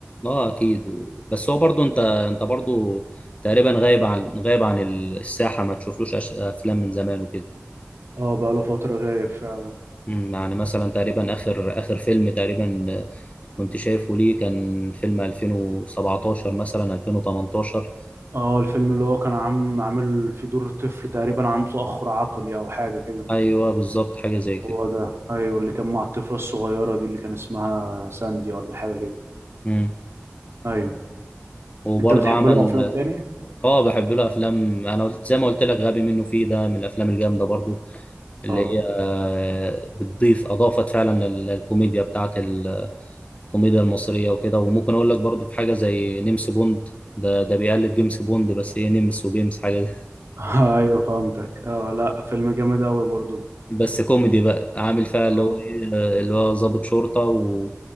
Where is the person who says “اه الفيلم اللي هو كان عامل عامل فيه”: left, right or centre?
Right